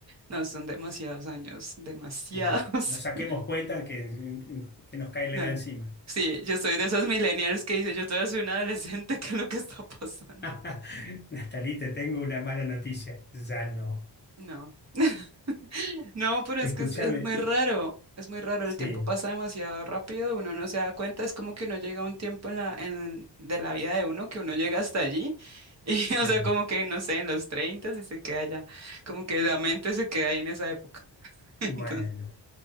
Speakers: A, on the right (about 40°); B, on the left (about 25°).
A: No, son demasiados años, demasiados.
B: Sí. No saquemos
A: <laughs>
B: cuentas que, que nos cae la
A: No.
B: edad encima.
A: Sí, yo soy de esos millennials que dice, yo todavía soy una adolescente, <laughs> ¿qué es lo que está pasando?
B: <laughs> Natalie, te tengo una mala noticia. Ya no.
A: No. <laughs> No, pero
B: Escúchame.
A: es que es, es muy
B: y-
A: raro, es muy raro,
B: Sí,
A: el tiempo pasa demasiado rápido, uno no se da cuenta, es como que uno llega a un tiempo en la, en, de la vida de uno que uno llega hasta allí y,
B: sí.
A: <laughs> o sea, como que, no sé, en los 30 y se queda allá, como que la mente se queda ahí en esa época. <laughs>
B: Bueno.
A: Entonces,